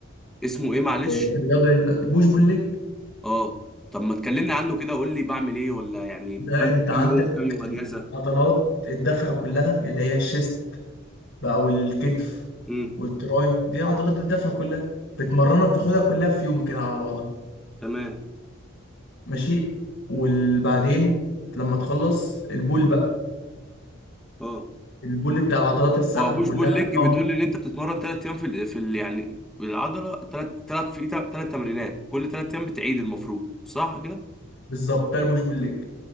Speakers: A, in the centre; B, on the left (about 70°).
A: اسمه ايه معلش
B: الرياضه دي دلوقتي بوش بول ليج
A: اه طب ما تكلمني عنه كده قول لي بعمل ايه ولا يعني بنزل
B: ده انت عندك
A: كام يوم كام يوم اجازة
B: عضلات الدفع كلها اللي هي الشيست بقى والكتف
A: امم
B: والتراي دي عضلات الدفع كلها بتمرنها بتاخدها كلها في يوم كده على بعضها
A: تمام
B: ماشي وبعدين لما تخلص البول بقى
A: اه
B: البول بتاع عضلات السحب
A: هو بوش
B: كلها
A: بول ليج بيدل
B: ظهر
A: ان انت بتتمرن ثلاث ايام في ال في ال يعني العضله ثلاث ثلاث في ثلاث تمرينات كل ثلاث ايام بتعيد المفروض صح كده
B: بالظبط ده البوش بول ليج